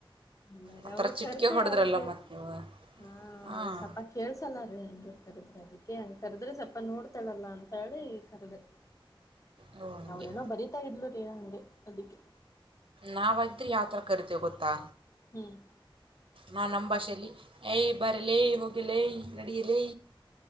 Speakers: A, on the left; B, on the right.
A: ಎಲ್ಲಾರೆ
B: ಆ
A: ಅವಳಗ್
B: ಥರ ಚಿಟ್ಕೆ
A: ಕರ್ದ
B: ಹೊಡೆದ್ರಲ್ಲ
A: ಅವಳಿಗೆ
B: ಮತ್ತು ನೀವು
A: ಹ
B: ಹಾಂ
A: ಅವಳ ಸಪ ಕೇಳಸ ಚಲ ರೀ ಹಂಗೆ ಕರದ್ರೆ ಅದಕ್ಕೆ ಹಂಗ ಕರೆದ್ರೆ ಸ್ವಲ್ಪ ನೋಡ್ತಾಳಲ್ಲ ಅಂತ ಹೇಳಿ ಕರದೆ.
B: ಓ ಹಂಗೆ
A: ಅವ್ಳೇನೋ ಬರತಾ ಇದ್ಲೆ ರೀ ಹಂಗೆ ಅದಕ್ಕೆ.
B: ನಾವಾಗಿದ್ರೆ ಯಾವ ಥರ ಕರಿತೇವೆ ಗೊತ್ತಾ.
A: ಹ್ಮ್
B: ನಾನ್ ನಮ್ಮ ಭಾಷೆಯಲ್ಲಿ ಯ್ಯ ಬಾರೇಲೇ ಹೋಗೆಲೇ ನಡಿಯಲೇ.